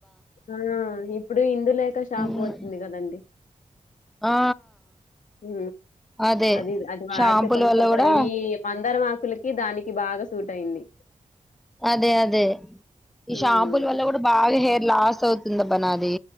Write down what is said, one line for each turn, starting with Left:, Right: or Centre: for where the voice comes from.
Left: హ్ ఇప్ ఇప్పుడు ఇందు లేక షాంపూ
Centre: ఉమ్,
Left: వచ్చింది. కదండి
Centre: ఆ
Left: ఉ
Centre: అదే
Left: అది అది వాడితే
Centre: షాంపూల
Left: కొంచెం
Centre: వల్ల
Left: తొందరగా
Centre: కూడా
Left: ఈ మందారమాకులకి దానికి బాగా సూట్ అయింది.
Centre: అదే అదే ఈ
Left: ఉమ్
Centre: షాంపులు వల్ల కూడా బాగా హెయిర్ లాస్ అవుతుంది ఆబ్బా నాది